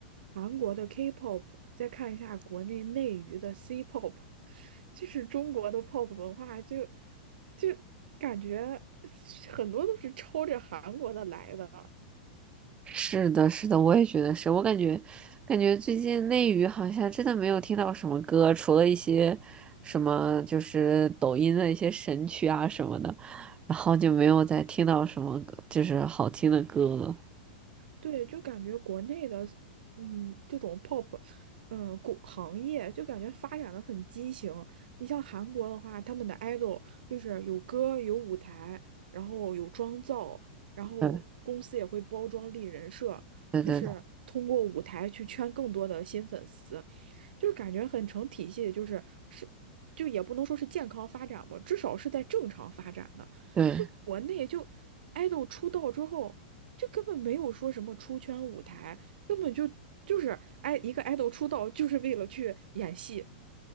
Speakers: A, on the right; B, on the right.
A: 韩国的 K-pop，再看一下国内内娱的 C-pop，<laughs> 就是中国的 pop 文化就，就感觉很多都是抄着韩国的来的。
B: 是的，是的，我也觉得是。我感觉，感觉最近内娱好像真的没有听到什么歌，除了一些什么就是抖音的一些神曲啊什么的，然后就没有再听到什么歌就是好听的歌了。
A: 对，就感觉国内的，嗯，这种 pop，嗯，国行业就感觉发展的很畸形。你像韩国的话，他们的 idol 就是有歌、有舞台，然后有妆造，然后公司也会包装立人设，
B: 对对对
A: 就是通过舞台去圈更多的新粉丝。就感觉很成体系，就是是，就也不能说是健康发展吧，至少是在正常发展的。
B: 对
A: 就国内就 idol 出道之后，就根本没有说什么出圈舞台，根本就就是爱一个 idol 出道就是为了去演戏。